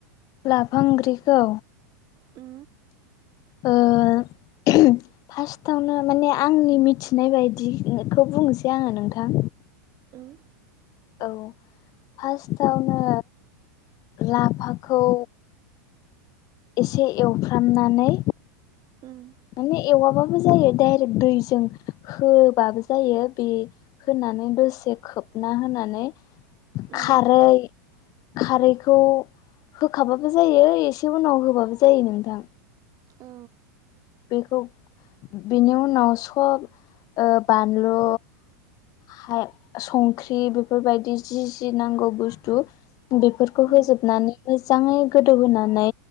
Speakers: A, on the left; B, on the right.
A: लाफांग्रिखौ
B: ओ
A: ओ फार्स्टआवनो माने आंनि मिथिनाय बायदिखौ बुंनोसै आङो नोंथां
B: उम
A: औ फार्स्टआवनो लाफाखौ एसे एवफ्रामनानै
B: उम
A: माने एवाबाबो जायो डाइरेक्ट दैजों होबाबो जायो बे होनानै दसे खोबना होनानै
B: उम
A: खारै खारैखौ होखाबाबो जायो एसे उनाव होबाबो जायो नोंथां
B: औ
A: बेखौ बेनि उनाव सब बानलु हाय संख्रि बेफोरबायदि जि-जि नांगौ बुस्थु बेफोरखौ होजोबनानै
B: उम
A: मोजाङै गोदौहोनानै